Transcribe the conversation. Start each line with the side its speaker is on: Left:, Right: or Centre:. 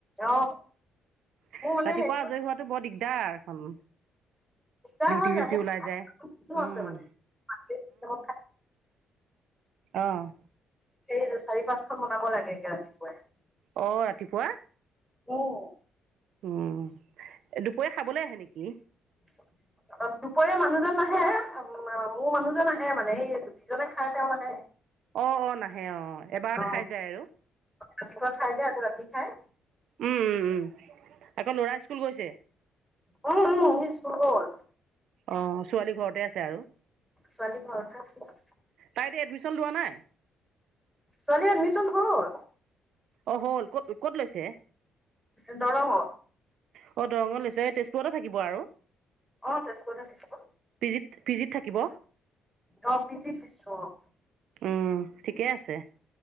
Centre: অ
Right: <inaudible>
Centre: মোৰ মানে
Right: ৰাতিপুৱা
Centre: হেৰি
Right: আজৰি হোৱাটো বৰ দিগদাৰ এখন
Centre: দিগদাৰ
Right: ডিউটি-চিউটি
Centre: হৈ যায় মোৰ
Right: ওলাই
Centre: ভাত
Right: যায় উম
Centre: আছে মানে <unintelligible>
Right: অহ',
Centre: এই চাৰি- পাঁচ খন বনাব লাগে একে ৰাতিপুৱাই
Right: অহ, ৰাতিপুৱা
Centre: অহ
Right: উম দুপৰীয়া খাবলৈ আহে নেকি
Centre: <unintelligible> দুপৰীয়া মানুহ মানুহজন নাহে, মোৰ মানুহজন আহে মানে সেই যিজনে খাই তেওঁ নাহে।
Right: অঁ অঁ নাহে অঁ এবাৰতে
Centre: অ
Right: খাই যায় আৰু
Centre: ৰাতিপুৱা খাই যায় আকৌ ৰাতি খায়।
Right: উম -উম -উম আকৌ ল'ৰা স্কুল গৈছে?
Centre: অহ - অহ হি স্কুল গল।
Right: অহ, ছোৱালী ঘৰতে আছে আৰু।
Centre: ছোৱালী ঘৰত থাকচিলা।
Right: তাই এতিয়া এডমিশন লোৱা নাই?
Centre: ছোৱালী এডমিছন হ'ল।
Right: অহ, হ'ল ক'ত -ক'ত লৈছে?
Centre: এ' দৰংত।
Right: অহ, দৰঙত লৈছে তেজপুৰতে থাকিব আৰু।
Centre: অহ, তেজপুৰতে থাকিব।
Right: পি জি -পিজিত থাকিব।
Centre: অহ, পিজিত দিছোঁ অহ।
Right: উম, ঠিকে আছে।